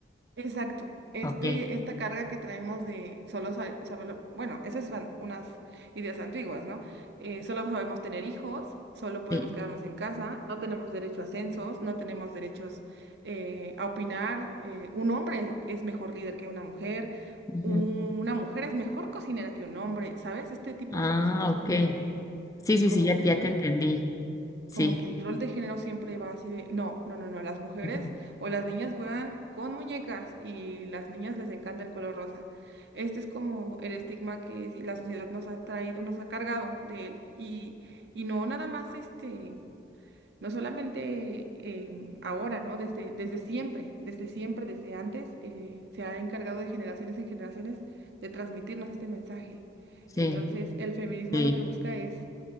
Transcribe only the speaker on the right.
exacto, este,
esta carga que traemos de solo sa- saberlo, bueno, esas son unas ideas antiguas, ¿no? Eh, solo sabemos tener hijos, solo podemos
quedarnos en casa, no tenemos derecho a censos, no tenemos derechos eh, a opinar, eh, un hombre es mejor líder que una mujer.
Una mujer es mejor cocinera que un hombre, ¿sabes? Este tipo
de cositas
como que,
como
que
no.
como que el rol de género siempre va así de, no, no, no, no, las mujeres
o las niñas juegan con muñecas y las niñas les encanta el color rosa. Este es como el estigma que sí- la sociedad nos ha traído, nos ha cargado de él. Y, y no nada más este, no solamente em, ahora, ¿no? Desde, desde siempre, desde siempre, desde antes, eh, se ha encargado de generaciones en generaciones de transmitirnos este mensaje.
Entonces, el feminismo
lo que busca es